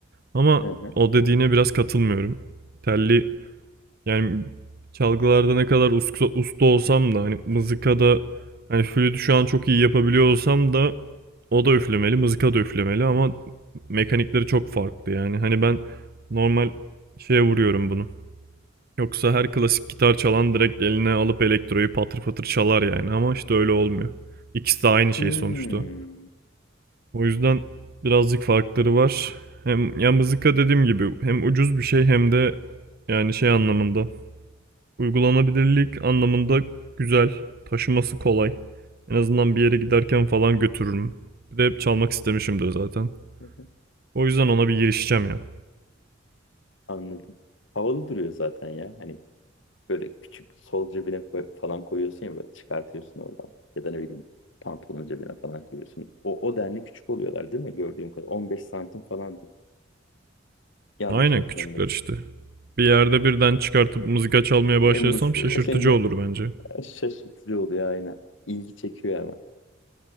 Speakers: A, on the right; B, on the left.
A: Ama
B: Hı hı.
A: o dediğine biraz katılmıyorum. Telli Yani çalgılarda ne kadar usta, usta olsam da hani mızıkada hani flütü şu an çok iyi yapabiliyor olsam da o da üflemeli, mızıka da üflemeli ama mekanikleri çok farklı yani. Hani ben normal şeye vuruyorum bunu. Yoksa her klasik gitar çalan direkt eline alıp elektroyu patır patır çalar yani ama işte öyle olmuyor. İkisi de aynı şey
B: Hmm.
A: sonuçta. O yüzden birazcık farkları var. Hem ya mızıka dediğim gibi hem ucuz bir şey hem de yani şey anlamında Uygulanabilirlik anlamında güzel, taşıması kolay. En azından bir yere giderken falan götürürüm. Bir de hep çalmak istemişimdir zaten.
B: Hı hı.
A: O yüzden ona bir girişeceğim ya.
B: Anladım. Havalı duruyor zaten ya. Hani Böyle küçük sol cebine koy- falan koyuyorsun ya böyle çıkartıyorsun oradan. Ya da ne bileyim pantolonun cebine falan koyuyorsun. O, o denli küçük oluyorlar değil mi gördüğüm kadar? on beş santim falandı. Yanlış
A: Aynen
B: hatırlamıyorsam.
A: küçükler işte. Bir yerde birden çıkartıp mızıka çalmaya başlarsam
B: Yalnız
A: şaşırtıcı
B: şeyince
A: olur bence.
B: şaşırtıcı oluyor aynen. İlgi çekiyor ama.